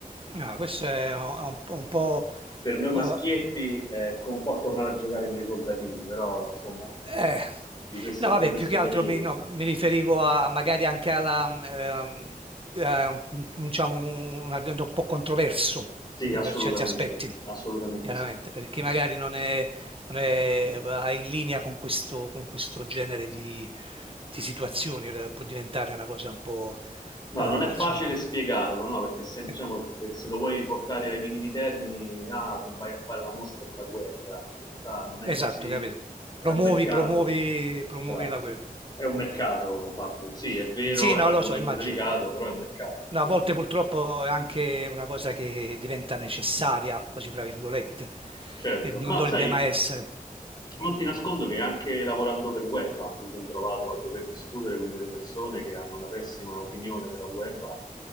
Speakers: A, on the right; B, on the left.
A: Ah, questo è un, un po'...
B: per noi maschietti
A: oh,
B: eh, con un po' tornare a giocare con i soldatini, però insomma,
A: eh.
B: di questo,
A: No, vabbè,
B: di questo
A: più che altro
B: periodo.
A: mi, no, mi riferivo a magari anche alla, ehm, eh, un- diciamo, un un argomento un po' controverso
B: Sì,
A: eh,
B: assolutamente,
A: per certi aspetti,
B: assolutamente
A: chiaramente,
B: sì.
A: perché magari non è, non è va in linea con questo, con questo genere di, di situazioni, eh, può diventare una cosa un po',
B: No,
A: eh,
B: non è facile
A: insomma,
B: spiegarlo, no? Perché se, diciamo,
A: eh,
B: se lo vuoi portare ai minimi termini, ah, che vai a fare la mostra sulla guerra, in realtà non è
A: esatto,
B: così,
A: capito?
B: è
A: Promuovi,
B: un mercato,
A: promuovi, promuovi
B: bravo,
A: la guerra.
B: è un mercato Fabio, sì, è vero,
A: Sì,
B: è
A: no,
B: un argomento
A: lo so, immagino.
B: delicato, però è un mercato,
A: No,
B: quindi
A: a volte purtroppo è anche una cosa che diventa necessaria, così fra virgolette,
B: certo,
A: e non
B: ma
A: dovrebbe
B: sai,
A: mai essere.
B: Non ti nascondo che anche lavorando per UEFA mi sono trovato a dover discutere con delle persone che hanno una pessima opinione della UEFA